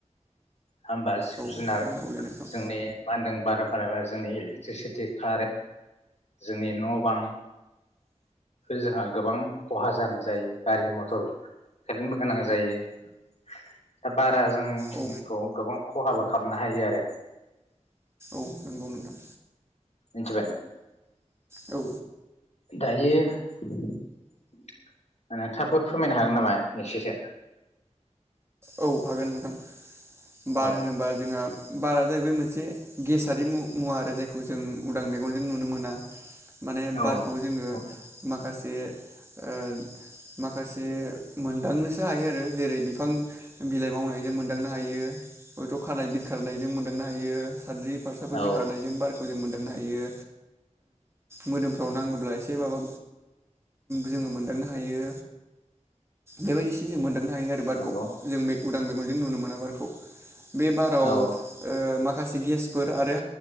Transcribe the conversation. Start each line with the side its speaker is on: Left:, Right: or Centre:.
Left: होमबा जिब
Right: औ
Left: जुनार
Right: नंगौ दे नोंथां
Left: जोंनि मान जों बार बारायबा जोंनि इलेक्ट्रिसिटि कारेन्ट जोंनि न' बां जोंहा गोबां खहा जानाय जायो गारि मथर कारेन्टबो गोनां जायो दा बा रा जोंखौ
Right: औ
Left: गोबां खहाबो खालामनो हायो आरो
Right: औ नंगौ नोंथां
Left: मोनथिबाय
Right: औ
Left: दायो नोंथाङाबो फोरमायनो हागोन नामा एसेसो
Right: औ हागोन नोंथां। बार
Left: औ
Right: होनोबा जोंहा बारा जाहैबाय मोनसे गेसारि मु-मुवा आरो जायखौ जों उदां मेगनजों नुनो मोना। माने
Left: औ
Right: बारखौ जोङो
Left: नंगौ
Right: मा खासे ओ माखासे मोनदांनोसो हायो आरो जेरै बिफां बिलाइ मावनायजों मोनदांनो हायो। हयथ' खानाय बिरखारनायजों मोनदांनो हायो। साद्रि फारसाफोर
Left: औ
Right: बिखारनायजों बार खौ जों मोनदांनो हायो। मोदोमफ्राव नाङोब्ला एसे माबा जोङो मोनदांनो हायो। बेबायदिसो जों मोनदांनो हायो आरो बारखौ।
Left: नंगौ
Right: उदां मेगनजों नुनो मोना बारखौ। बे बाराव
Left: औ
Right: ओ माखा माखासे गेसफोर आरो